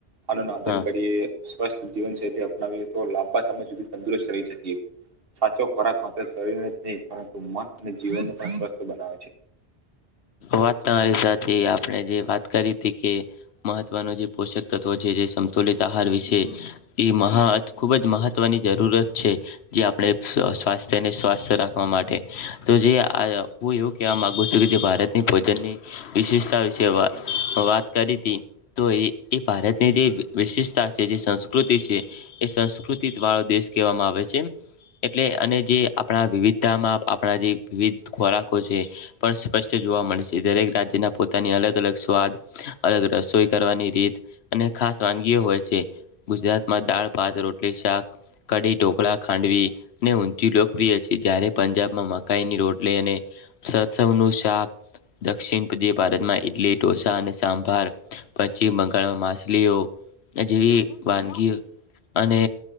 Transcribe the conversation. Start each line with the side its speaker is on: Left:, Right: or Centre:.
Right: આનો આદર
Left: હા
Right: કરીએ. સ્વસ્થ જીવનશૈલી અપનાવીએ તો લાંબા સમય સુધી તંદુરસ્ત રહી શકીએ. સાચો ખોરાક માત્ર શરીરને જ નહીં પરંતુ મન અને જીવનને પણ સ્વસ્થ બનાવે છે.
Left: વાત તમારી સાથે આપણે જે વાત કરી હતી કે મહત્વનો જે પોષક તત્વો છે જે સમતુલિત આહાર વિશે એ મહા ખૂબ જ મહ ત્વ ની જરૂરત છે. જે આપણે સ્વાસ્થ્યને સ્વાસ્થ રાખવા માટે તો જે આ હું એવું કેવા માગુ છું કે જે ભારત ભોજનની વિશેષતા વિશે વાત કરી હતી. તો એ એ ભારતની જે વિશેષતા છે જે સંસ્કૃતિ છે. એ સંસ્કૃતિ દ વાળો દેશ કહેવામાં આવે છે. એટલે અને જે આપણા વિવિધતામાં આપણા જે વિવિધ ખોરાકો છે પણ સ્વસ્થ જોવા મળે છે દરેક રાજ્યના પોતાની અલગ અલગ સ્વાદ અલગ રસોઈ કરવાની રીત અને ખાસ વાનગીઓ હોય છે ગુજરાતમાં દાળ, ભાત, રોટલી, શાક, કડી, ઢોકળા, ખાંડવી, ને ઊંચી લોકપ્રિય છે જયારે પંજાબમાં મકાઈની રોટલી અને સરસવ નું શાક દક્ષિણ જે ભારતમાં ઇડલી ઢોસા અને સાંભાર પશ્ચિમ બંગાળમાં માછલીઓ જેવી વાનગી અને